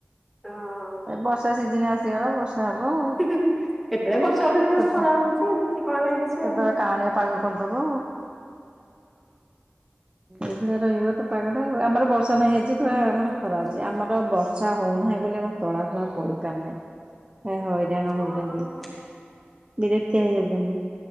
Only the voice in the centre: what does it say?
ହଁ,
କେତେବେଳେ ବର୍ଷା ହଉଛି କେତେବେଳେ
ଖରା ହଉଛି ଠିକଣା ନାଇଁ କିଛି।
ଆଉ।
ହଁ
ହଁ